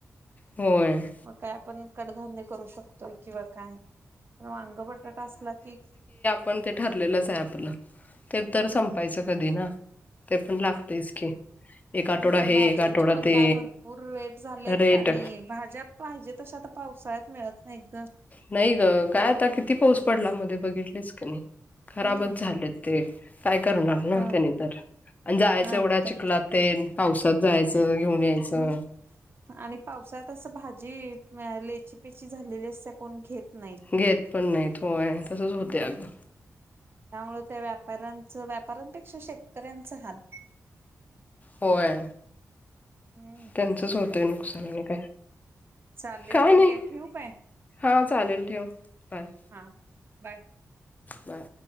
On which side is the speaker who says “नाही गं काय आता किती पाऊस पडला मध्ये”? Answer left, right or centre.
Left